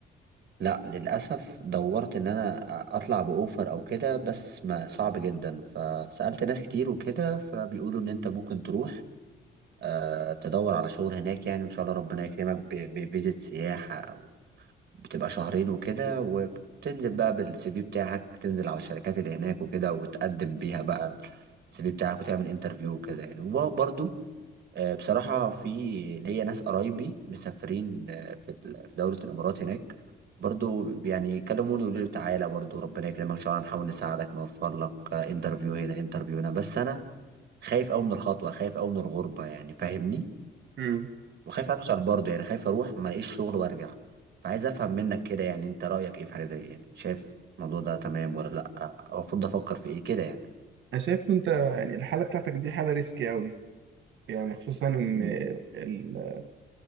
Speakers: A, on the right; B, on the right.
A: لا للأسف دورت إن أنا أطلع بأوفر أو كده بس ما صعب جدا فسألت ناس كتير وكده فبيقولوا إن أنت ممكن تروح آه، تدور على شغل هناك يعني إن شاء الله ربنا يكرمك ب- بفيزة سياحة أو بتبقى شهرين وكده وبتنزل بقى بالسي في بتاعك تنزل على الشركات اللي هناك وكده وتقدم بيها بقى السي في بتاعك وتعمل انترفيو وكده يعني وبرضه آه، بصراحة في ليا ناس قرايبي مسافرين آه، في ال- في دولة الإمارات هناك برضو يعني كلموني يقولوا لي تعالى برضو ربنا يكرمك إن شاء الله هنحاول نساعدك نوفر لك آه، انترفيو هنا انترفيو هنا بس أنا خايف أوي من الخطوة خايف أوي من الغربة يعني فاهمني
B: امم
A: وخايف أفشل برضو يعني خايف أروح ما ألاقيش شغل وأرجع فعايز أفهم منك كده يعني أنت رأيك إيه في حاجة زي يعني شايف الموضوع ده تمام ولا لأ أو المفروض أفكر في إيه كده يعني
B: انا شايف انت يعني الحاله بتاعتك دي حاله ريسكي قوي يعني خصوصا ان
A: مم.
B: ال... ال-